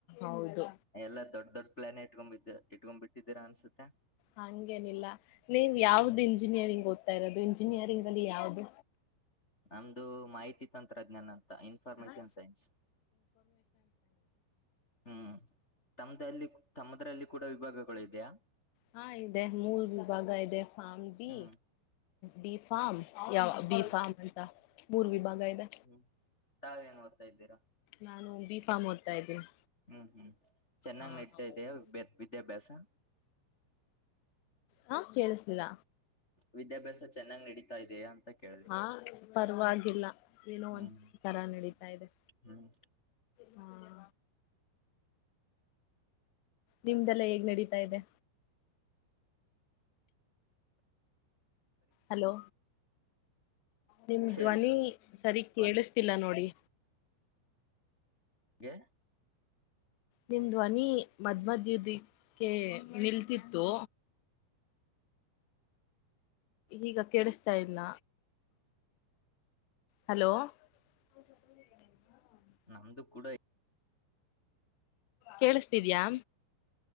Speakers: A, on the left; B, on the left.
A: ಹೌದು
B: ಎಲ್ಲ ದೊಡ್ ದೊಡ್ ಪ್ಲಾನ್ ಇಟ್ಕೊಂಡು ಬಿಟ್ಟಿದಿರಾ ಇಟ್ಕೊಂಡ್ ಬಿಟ್ಟಿದ್ದೀರಾ ಅನ್ಸುತ್ತೆ
A: ಹಂಗೇನಿಲ್ಲ ನೀವ್
B: ಹ್ಮ್
A: ಯಾವ್ದು ಇಂಜಿನಿಯರಿಂಗ್ ಓದ್ತಾ ಇರೋದು ಇಂಜಿನಿಯರಿಂಗ್ ಲ್ಲಿ ಯಾವ್ದು
B: ನಮ್ದು ಮಾಹಿತಿ ತಂತ್ರಜ್ಞಾನ ಇನ್ಫರ್ಮೇಷನ್
A: ಹ
B: ಸೈನ್ಸ್ ಹ್ಮ್ ತಮ್ಮ್ದಲ್ಲಿ ತಮ್ಮದ್ರಲ್ಲಿ ಕೂಡ ವಿಭಾಗಗಳು ಇದೆಯಾ
A: ಹಾ ಇದೆ ಮೂರ್ ವಿಭಾಗ ಇದೆ ಫಾಮ್ಡಿ
B: ಹ್ಮ್
A: ಬಿ ಫಾರ್ಮ್ ಯಾವ ಬಿ
B: ಹ್ಮ್
A: ಫಾರ್ಮ್ ಅಂತ ಮೂರ್ ವಿಭಾಗ ಇದೆ
B: ಹ್ಮ್ ತಾವೇಏನ್ ಓದ್ತಾ ಇದ್ದೀರಾ
A: ನಾನು ಬಿ ಫಾರ್ಮ್ ಓದ್ತಾ ಇದ್ದೀನಿ
B: ಹ್ಮ್ ಹ್ಮ್ ಚೆನ್ನಾಗಿ್
A: ಹಾ
B: ನಡ್ತಾ
A: ಹೌದು.
B: ಇದ ವಿದ್ಯಾಭ್ಯಾಸ
A: ಹಾ ಕೇಳಿಸ್ಲಿಲ್ಲ
B: ವಿದ್ಯಾಭ್ಯಾಸ ಚೆನ್ನಾಗಿ ನಡೀತಾ ಇದೆ ಅಂತ ಕೇಳಿದೆ
A: ಹಾ ಪರ್ವಾಗಿವಾಗಿಲ್ಲ ಏನೋ
B: ಹ್ಮ್
A: ಒಂದ್ ತರ ನಡತಾ ಇದೆ
B: ಹ್ಮ್
A: ಹ್ಮ ನಿಮ್ದಲ್ಲ ಹೇಗ್ ನಡೀತಾ ಇದೆ ಹಲೋ ನಿಮ
B: ಪರೀಕ್ಷೆ
A: ಧ್ವನಿ ಸರಿ
B: ಇಲ್ವಾ
A: ಕೇಳಿಸ್ತಿಲ್ಲ ನೋಡಿ
B: ಗೆ
A: ನಿಮ್ ಧ್ವನಿ ಮದ್ ಮದದಕ್ಕೆ ನಿಲ್ತಿತ್ತು ಈಗ ಕೇಳಿಸ್ತಾ ಇಲ್ಲ ಹಲೋ <inaudible>
B: ನಮ್ದು ಕೂಡ
A: ಕೇಳಿಸಸ್ತಿದ್ಯಾ